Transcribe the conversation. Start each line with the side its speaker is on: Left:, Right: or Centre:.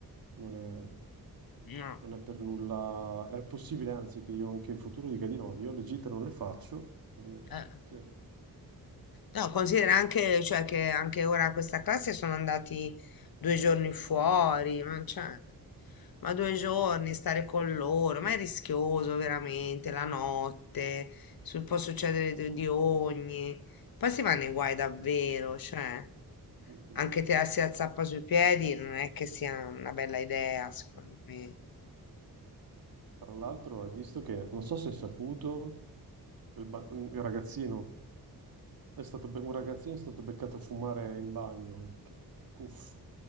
Right: Non è...
Left: no.
Right: Non è per nulla, è possibile anzi che io anche in futuro dica di no, io le gite non le faccio, quindi
Left: eh.
Right: sì.
Left: No, considera anche, cioè, che anche ora questa classe sono andati due giorni fuori, ma, cioè, ma due giorni
Right: Mm,
Left: stare con loro, ma è rischioso veramente, la notte, su- può succedere di, di ogni. Poi si va nei guai davvero,
Right: sì, eh.
Left: cioè.
Right: Mhm.
Left: Anche tirarsi la zappa sui piedi non è che sia una bella idea, secondo me.
Right: Tra l'altro hai visto che, non so se hai saputo, il, ba- il ragazzino è stato, be- un ragazzino è stato beccato a fumare in bagno anche, puff.